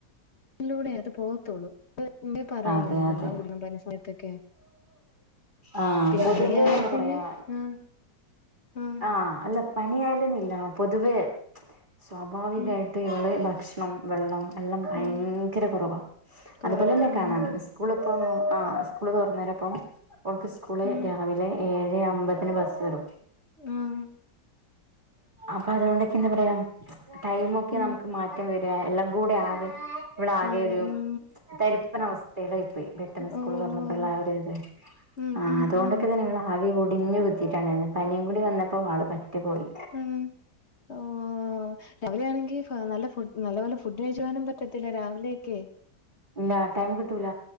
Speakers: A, on the left; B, on the right.
A: ഇല്ലൂടെഅത് പോകത്തുള്ളൂ പറയുന്നില്ലേ
B: അതെ
A: വെള്ളം
B: അതെ
A: കുടിക്കുമ്പ പറഞ്ഞ സമയത്തൊക്കെ
B: ആഹ്
A: പിന്നെ
B: പൊതുവേ
A: പനി ആയ
B: എന്താ
A: പിന്നെ
B: പറയാ
A: ആഹ് ആഹ്
B: ആ അല്ല പനി ആയാലുന്നില്ല പൊതുവേ സ്വാഭാവികമായിട്ട്
A: ഉം
B: ഇവള് ഭക്ഷണം വെള്ളം എല്ലാം ഭയങ്കര
A: ഉം
B: കുറവാ
A: കൊറവാ
B: അതുപോലെ തന്നെ
A: ഉം
B: കാണാൻ സ്കൂളിപ്പം ആ സ്കൂള് തുറന്ന നേരപ്പം വോൾക്ക് സ്കൂള്
A: ഉം
B: രാവിലെ ഏഴെ അമ്പതിന് ബസ് വരും
A: ആഹ്
B: അപ്പൊ അതുകൊണ്ടൊക്കെ എന്താ പറയാ ടൈമ് ഒക്കെ
A: ഉം
B: നമുക്ക് മാറ്റം വരിക എല്ലാം കൂടെ ആകെ ഇവളാകെരു
A: ആകെ ഉം
B: തരിപ്പന അവസ്ഥയിലായിപ്പോയി പെട്ടെന്ന് സ്കൂള്
A: ഓഹ്
B: തുറന്നപ്പോഴ ഉള്ള ആ ഒരു ഇത്
A: ഉം
B: ആ
A: ഉം
B: അതുകൊണ്ടൊക്കെ
A: ഉം
B: തന്നെ ഇവൾ ആകെ കുടിഞ്ഞ് കുത്തിട്ടുണ്ടാരുന്ന് പനിയും കൂടി വന്നപ്പോൾ ആള് പറ്റ പോയി
A: ഉം ഓ രാവിലെ ആണെങ്കിൽ നല്ല ഫു് നല്ല പോലെ ഫുഡ് കഴിക്കുവാനും പറ്റത്തില്ല രാവിലെയൊക്കെ
B: ഇല്ല ടൈം കിട്ടൂല